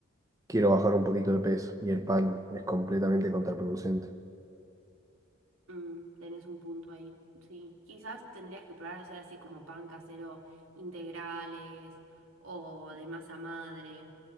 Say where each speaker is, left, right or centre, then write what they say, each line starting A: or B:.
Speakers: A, on the right; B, on the right.
A: quiero bajar un poquito de peso y el pan es completamente contraproducente.
B: Mm, tenés un punto ahí. Sí. Quizás tendrías que probar a hacer así como pan casero integrales o de masa madre.